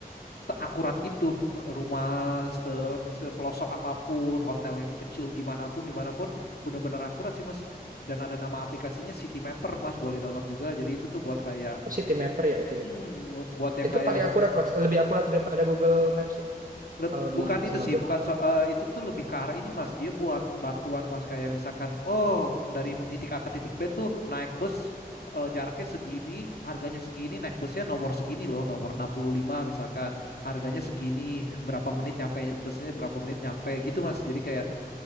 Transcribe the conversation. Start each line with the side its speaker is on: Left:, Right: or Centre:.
Left: seakurat itu rumah se sepelosok apapun hotel yang kecil gimana pun dimanapun benar-benar akurat sih mas dan ada nama aplikasinya City Mapper mas boleh download juga jadi itu tuh buat kayak
Right: oh, City Mapper ya itu
Left: hmm,
Right: ya.
Left: buat yang
Right: Itu
Left: kayak
Right: paling
Left: bener
Right: akurat mas, lebih akurat daripada Google Maps ya
Left: Leb-
Right: kalau
Left: bukan
Right: di
Left: itu
Right: Singapura.
Left: sih, bukan so- eh, itu tuh lebih ke arah ini Mas. Dia buat bantuan Mas kayak misalkan, oh dari titik A ke titik B tuh naik bus eh, jaraknya segini, harganya segini, naik busnya nomor segini loh, nomor 65 misalkan. Harganya segini, berapa menit nyampe busnya berapa menit nyampe gitu Mas. Jadi kayak